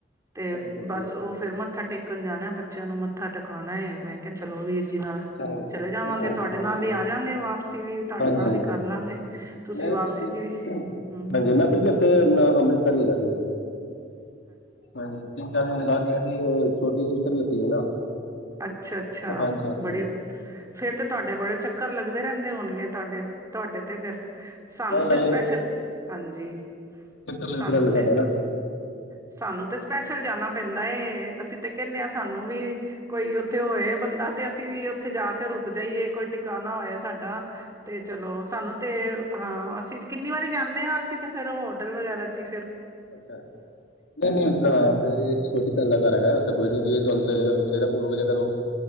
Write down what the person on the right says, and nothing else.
ਤੇ
ਬਸ ਉਹ ਫੇਰ ਮੱਥਾ ਟੇਕਣ ਜਾਣਾ ਬੱਚਿਆਂ ਨੂੰ। ਮੱਥਾ ਟਿਕਾਨਉਣਾ ਏ। ਮੈਂ ਕਿਹਾ, ਚਲੋ ਵੀਰ ਜੀ ਨਾਲ
ਚਲੇ ਜਾਵਾਂਗੇ।
ਤੁਹਾਡੇ ਨਾਲ
ਹੀ ਆ ਜਾਗੇ ਵਾਪਸੀ ਵੀ। ਤੁਹਾਡੇ
ਨਾਲ
ਹੀ ਕਰ ਲਾਂਗੇ, ਤੁਸੀਂ
ਵਾਪਸੀ
ਦੀ ਵੀ।
ਹੂੰ-ਹੂੰ,
ਅੱਛਾ-ਅੱਛਾ,
ਬੜੀ ਫੇਰ ਤੇ ਤੁਹਾਡੇ ਬੜੇ ਚੱਕਰ ਲੱਗਦੇ ਰਹਿੰਦੇ। ਹੋਣਗੇ ਤੁਹਾਡੇ- ਤੁਹਾਡੇ ਤੇ ਫਿਰ ਸਾਨੂੰ
ਤੇ ਸਪੈਸ਼ਲ, ਹਾਂਜੀ।
ਸਾਨੂੰ
ਤੇ
ਸਾਨੂੰ ਤੇ ਸਪੈਸ਼ਲ ਜਾਣਾ ਪੈਂਦਾ ਏ, ਅਸੀਂ ਤੇ ਕਹਿੰਦੇ ਹਾਂ ਸਾਨੂੰ ਵੀ ਕੋਈ ਉੱਥੇ ਹੋਏ। ਬੰਦਾ ਤੇ ਅਸੀਂ ਵੀ ਉੱਥੇ ਜਾ ਕੇ ਰੁਕ ਜਾਈਏ, ਕੋਈ ਟਿਕਾਣਾ ਹੋਏ ਸਾਡਾ, ਤੇ ਚਲੋ ਸਾਨੂੰ ਤੇ ਹਾਂ, ਅਸੀਂ ਕਿੰਨੀ ਵਾਰੀ ਜਾਨੇ ਆ, ਅਸੀਂ ਤਾਂ ਫਿਰ ਹੋਟਲ ਵਗੈਰਾ ਚੀ